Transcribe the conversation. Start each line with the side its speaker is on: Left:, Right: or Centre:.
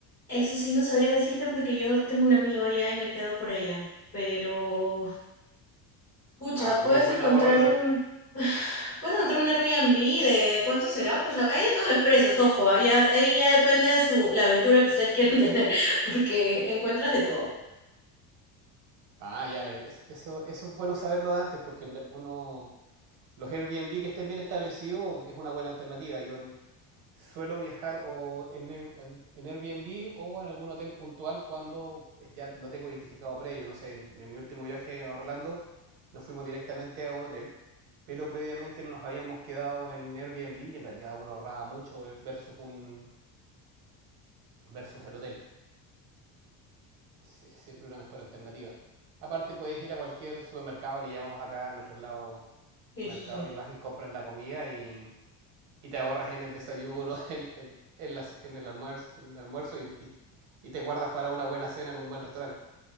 Left: Eso sí, no sabría decirte porque yo tengo un amigo allá y me quedo por allá, pero Pucha,
Right: Ah, muy
Left: puedes
Right: buen
Left: encontrar
Right: ahorro ese.
Left: un, <sighs> puedes encontrar un Airbnb de ¿cuánto será? Pues hay de todos los precios, ojo, ahí ya, ahí ya depende de su, la aventura que ustedes quieran <laughs> tener, porque encuentras de todo.
Right: Ah, ya, es- eso, eso es bueno saberlo de antes porque en re- uno, Los Airbnb que estén bien establecidos es una buena alternativa. Yo suelo viajar o en, en- en Airbnb o en algún hotel puntual cuando ya lo tengo identificado previo. No sé, en, en mi último viaje a Orlando nos fuimos directamente a un hotel, pero previamente nos habíamos quedado en Airbnb y en realidad uno ahorraba mucho ver- versus, un, versus el hotel. Es, es siempre una mejor alternativa. Aparte puedes ir a cualquier supermercado, le llamamos acá en otros lados
Left: Sí,
Right: mercado
Left: sí, sí.
Right: y vas y compras la comida y y te ahorras en el desayuno, <laughs> en, en, en las- en el almuerzo, en el almuerzo y, y- y te guardas para una buena cena en un buen restaurante.